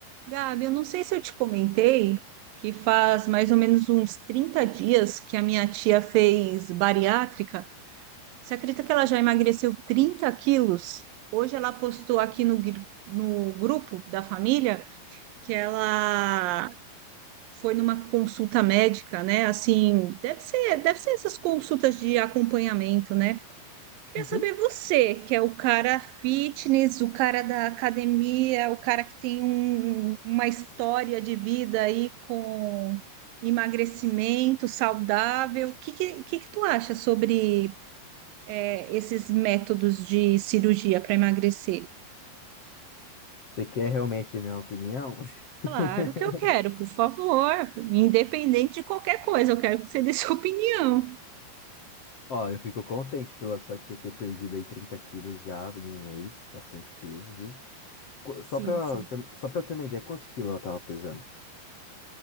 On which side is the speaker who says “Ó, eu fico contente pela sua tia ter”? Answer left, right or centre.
Left